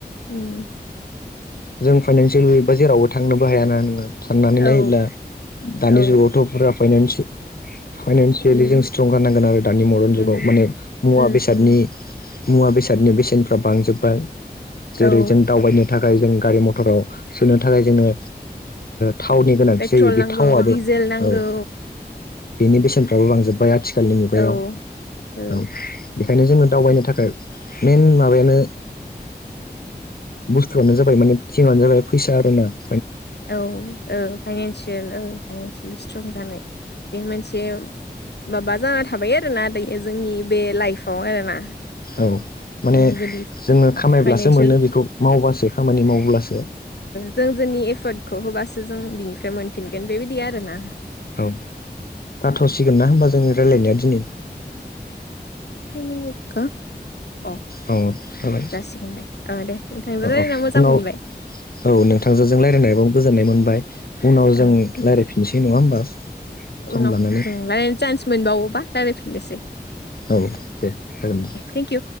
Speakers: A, on the left; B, on the left.
A: उम
B: जों फाइनानसियलि उइक बा जेरावबो थांनोबो हायाना नोंथां। साननानै
A: औ
B: नायोब्ला दानि
A: औ
B: जुगावथ' फुरा फाइनानसियेल। फाइनान्सियेलि
A: उम
B: जों स्ट्रं जानांगोन आरो दानि मदार्न
A: उम
B: जुगाव माने मुवा
A: उम
B: बेसादनि।
A: उम
B: मुवा बेसादनि बेसेनफ्रा बांजोबबाय जेरै
A: औ
B: जों दावबायनो थाखाय। ओमफ्राय जोंनो गारि मथराव सोनो थाखाय जोङो। थावनि गोनांथि
A: पेट्रल
B: जायो बे
A: नांगौ
B: थावआबो
A: डिजेल नांगौ
B: औ। बेनि बेसेनफ्राबो बांजोब्बाय आथिखालनि मुगायाव
A: औ ओ
B: औ बेखायनो जोंङो दावबायनो थाखाय। नों माबेनो। बुस्थुआनो जाबाय माने जमआानो जाबाय फैसा आर ना <inaudible> <unintelligible>
A: औ औ फाइनन्सियेल औ फाइनन्सियेलि स्ट्रं जानाय बे मोनसे माबा जाना थाबाय आरोना जोंनि बे लाइफआव आरोना
B: औ माने
A: जोङो जुदि
B: जोङो खामायब्लासो
A: फाइनान्सियेल
B: मोनो बेखौ मावबासो खामानि मावब्लासो
A: जों जोंनि एफर्टखौ होबासो जों बिनिफ्राय मोनफिनगोन बेबायदि आरो ना
B: औ जाथ'सिगोन ना होमबा जोंनि रायलायनाया दिनै
A: मिनि <inaudible> <unintelligible> अ
B: औ जाबाय
A: जासिगोन दे दे नोंथांजों
B: औ
A: रायज्लायना
B: औ
A: मोजां
B: उनाव
A: मोनबाय
B: औ नोंथांजों जों रायल्लायनानैबो बो गोजोननाय मोनबाय उनाव जों
A: औ
B: रायज्लायफिननोसै नङा होमबा सम
A: उनाव
B: लानानै
A: जों रायलायनो चान्स मोनबावोबा रायज्लायफिननोसै
B: औ दे जागोन दे
A: थेंक इउ